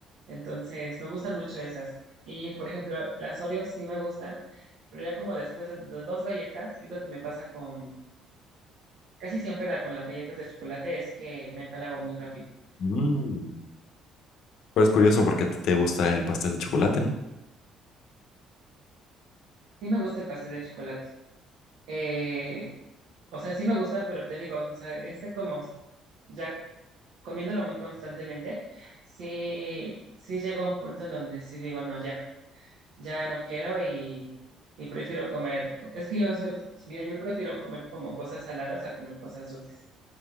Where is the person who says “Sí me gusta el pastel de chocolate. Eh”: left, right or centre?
Right